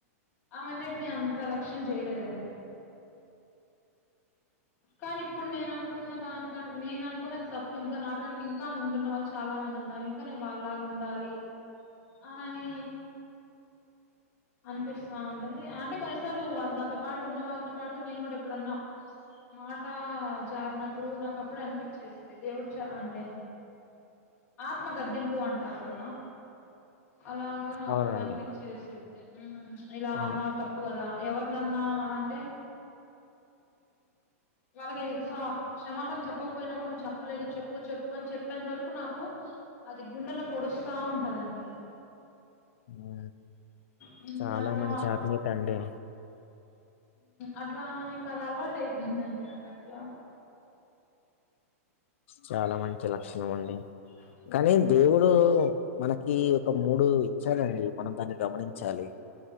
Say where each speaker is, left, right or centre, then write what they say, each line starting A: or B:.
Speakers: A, on the left; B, on the left.
A: అవన్నిటిని అంత లక్ష్యం చేయలేదండి కానీ ఇప్పుడు నేను అనుకున్న దానిక నేను అనుకున్న తప్పు ఇ ఇంకా నాకంటే ఇంకా ముందున్న వాళ్ళు చాలా మంది ఉన్నారు ఇంకా నె వాళ్ళలాగా ఉండాలి అననీ అనిపిస్తా ఉంటంది అంటే కొన్నిసార్లు నాతో పాటు ఉన్న వాళ్ళతో పాటు నేను కూడా ఇప్పుడున్నా మాట జారినప్పుడు నాకు అప్పుడే అనిపించేది దేవుడు చ అంటే ఆత్మగదింపు అంటారు కదా అలాగా నాకు
B: అవునండి.
A: అనిపించిసి ఇలా
B: ఆ!
A: అన్నా తప్పు తాప్పు గదా ఎవరినన్నా అంటే వాళ్ళకి స్వ క్షమాపణ చెప్పకపోయినా కూడా నువ్వు చెప్ప చెప్పాలేదు చెప్పు చెప్పు అని చెప్పేంత వరకు నాకు అది గుండెలో పొడుస్తా ఉంటదండి
B: ఊ
A: హ్మ్
B: చాలా
A: అట్లా
B: మంచి అభినిక్ అండి
A: అట్లా ఇంకా అది అలవాటు అయిపోయిందండి నాకు అట్లా
B: చాలా మంచి లక్షణం అండి
A: అ
B: కానీ దేవుడు మనకి ఒక మూడు ఇచ్చాడండి మనం దాన్ని గమనించాలి